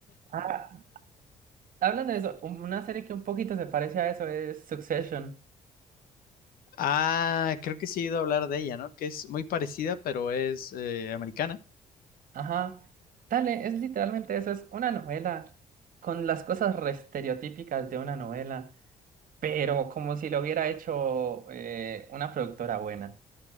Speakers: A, on the right; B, on the left.
A: Ah, hablando de eso, un- una serie que un poquito se parece a eso es Succession.
B: Ah, creo que sí he ido a hablar de ella, ¿no? Que es muy parecida, pero es eh, americana.
A: Ajá, dale, es literalmente eso, es una novela con las cosas re estereotípicas de una novela, pero como si lo hubiera hecho eh, una productora buena.